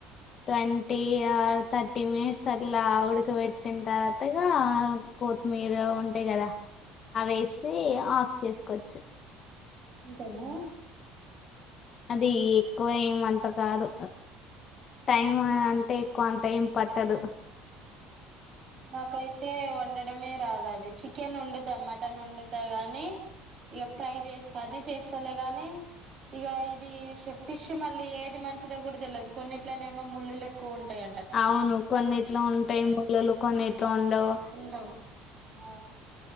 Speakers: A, on the left (about 30°); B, on the right (about 35°).
A: ట్వంటీ ఆ థర్టీ మినిట్స్ అట్లా ఉడకబెట్టిన తర్వాత ఇగా కొత్తిమీరు ఉంటాయి కదా అవేసి ఆఫ్ చేసుకోవచ్చు
B: ఇంతేనా
A: అది ఎక్కువ ఏమఅంత కాదు టైమ్ అంటే ఎక్కువ అంత ఏం పట్టదు
B: నాకైతే వండడమే రాదు అది చికెన్ వండుతా మటన్ వండుతా గాని ఇక ఫ్రై చేస్త అన్ని చేస్తలే గానీ ఇక ఇది ఫిష్ మళ్ళీ ఏది మంచిదో కూడా తెలియదు కొన్నిట్లీనేమో ముళ్ళలు ఎక్కువ ఉంటాయ్
A: అవును కొన్ని ఇట్లా ఉంటాయి మూల్లు కొన్ని ఇట్లా ఉండవు
B: ఉండవు ఆ